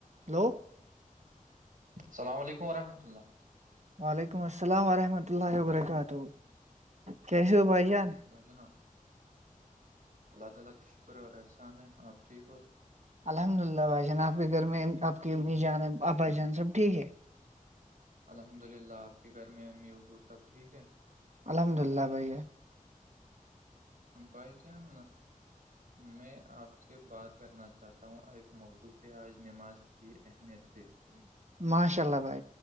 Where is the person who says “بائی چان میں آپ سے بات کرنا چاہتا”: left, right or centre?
Right